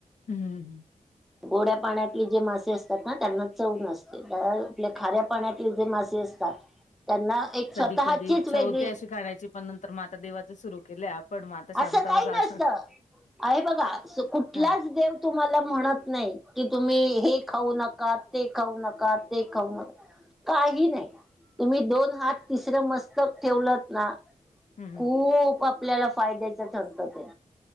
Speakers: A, on the left; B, in the centre.
A: हम्म. हम्म.
B: गोड्या पाण्यातली जे मासे असतात ना त्यांना चव नसते अह आपल्या खऱ्या पाण्यातले जे मासे से असतात त्यांना एक स्वतःचीच
A: कधी कधी इच्छा
B: वेगळी
A: होते अशी खाण्याची पण नंतर मग आता देवाच सुरू केलय आपण <unintelligible>
B: असं
A: बसा
B: काही नसत
A: असं
B: हे बघा कुठलाच
A: हा
B: देव तुम्हाला म्हणत नाही की तुम्ही हे खाऊ नका, ते खाऊ नका, ते खाऊ नका. काही नाही तुम्ही दोन हात तिसरं मस्तक ठेवलत ना
A: हम्म हम्म
B: खूप आपल्याला फायद्याच ठरत ते.